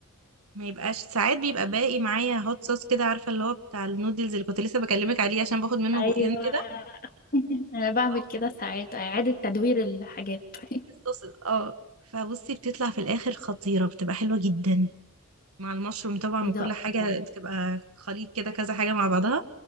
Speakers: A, on the right; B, on the left.
A: ما يبقاش ساعات بيبقى باقي معايا هوت صوص كده عارفه اللي هو بتاع النودلز اللي كنت لسه بكلمك عليه عشان باخد منه
B: ايوه
A: بقين كده
B: <laughs> انا بعمل
A: او
B: كده
A: تحت
B: ساعات اعادة تدوير الحاجات <laughs>
A: الصوص اه فبصي بتطلع في الاخر خطيره بتبقى حلوه جدا مع المشروم طبعا
B: ايه
A: وكل
B: ده
A: حاجه
B: الله
A: بتبقى خليط كده كذا حاجه مع بعضها